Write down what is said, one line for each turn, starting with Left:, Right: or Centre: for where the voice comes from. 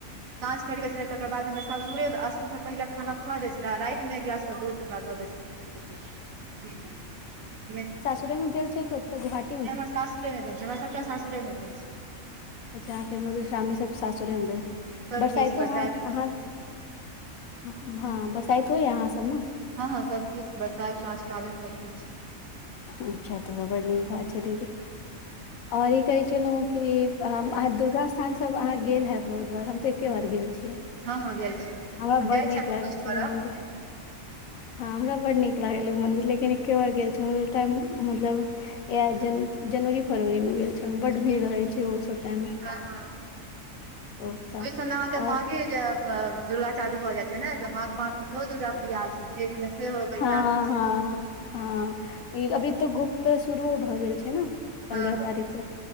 Right: काच फटि गेल छले तकर बाद हमरा सासुर <unintelligible> पहिे खाना खुा दै छल रात मेमे एक गिलास त दूध दऽ दऽ दे छलिय <unintelligible>
Left: भेलेल छै ओत गुाी।
Right: हमर शाशुरे नहि दल छै हमरा सबटा शशुरे नहि दल छै।
Left: अच्छा अके मधुश्रावणी सब सासुरेमे
Right: सबकिछु
Left: बरसाइतो
Right: बरसाइत
Left: मे अहाँ हँ भऽ बरसाइत होइये अहाँ सबमे
Right: हँ हँ सबकिछ बरसात साँझ पाबनि सबकिछ
Left: अच्छा तोड़ा बड़ नीक बात छै दीदी आर ई कहै छलौ कि हम अहा दुर्गा स्थान सब अहाँ गेल है बहुत बार हम ते एके बार गेल छियै।
Right: हँ हँ जाइ छी
Left: हरा
Right: हम
Left: बड़
Right: जाइ
Left: नीक
Right: छी खोज
Left: लागै छैलये
Right: करऽ
Left: मन्दिर। हँ हमरा बड्ड नीक लागल ओ मन्दिर लेकिन एके बार गेल छलौ ओ टाइम मतलब इहे जन जनवरी-फरवरी में गेल छलौ बड भीड़ रहै छै ओहो सब टाइम मे
Right: हं ह
Left: ओतऽ
Right: ओहिसन अहाँके
Left: और
Right: मागे जेब दुर्गा चालू भऽ जाइ छै ने तऽ माघ मास मे सेहो दुर्गा पूजा होए छै चैत मे सेहो बैशाख
Left: हँ
Right: में
Left: हँ
Right: सहो
Left: हँ ई अभी तऽ गुप्त तऽ शुरुओ भऽ गेल छै ने पन्द्रह
Right: हँ हँ
Left: तारीक सऽ